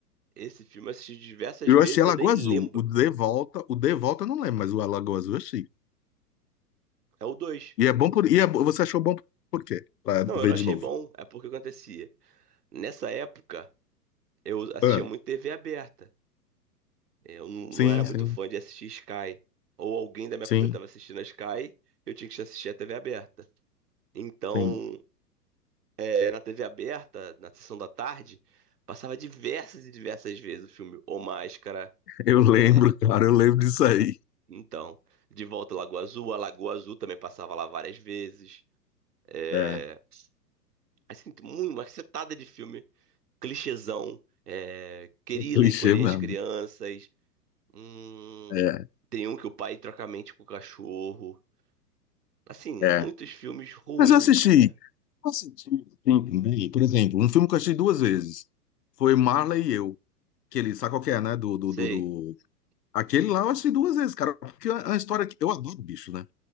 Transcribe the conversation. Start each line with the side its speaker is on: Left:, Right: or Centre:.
Right: Esse filme eu assisti diversas
Left: Eu
Right: vezes,
Left: achei a
Right: eu
Left: Lagoa
Right: nem
Left: Azul.
Right: lembro.
Left: O De Volta, o De Volta eu não lembro, mas o A Lagoa Azul eu achei.
Right: É o 2.
Left: E é bom por. E é bo- você achou bom por quê? Pra
Right: Não,
Left: ver
Right: eu não achei
Left: de novo.
Right: bom, é porque acontecia. Nessa época, eu assistia
Left: É.
Right: muito TV aberta. Eu não, não
Left: Sim,
Right: era muito
Left: sim,
Right: fã de assistir Sky. Ou alguém da minha
Left: sim,
Right: família estava assistindo a Sky, eu tinha que assistir a TV aberta. Então,
Left: sim.
Right: é, na TV aberta, na sessão da tarde, passava diversas e diversas vezes o filme O Máscara.
Left: Eu lembro,
Right: É,
Left: cara, eu lembro disso aí.
Right: então, De Volta à Lagoa Azul, a Lagoa Azul também passava lá várias vezes. É,
Left: É.
Right: assim, muito, uma cacetada de filme, clichêzão, é, Querida,
Left: Clichê
Right: Encolher
Left: mesmo.
Right: as Crianças, hum,
Left: É,
Right: tem um que o pai troca a mente com o cachorro. Assim,
Left: é.
Right: muitos filmes ruins,
Left: Mas eu assisti.
Right: né?
Left: Eu assisti, sim, também. Por exemplo, um filme que eu achei duas vezes. Foi Marley e Eu. Aquele, sabe qual que é, né? Do, do,
Right: Sei.
Left: do, do- Aquele lá eu achei duas vezes, cara. Porque é uma história que eu adoro bicho, né?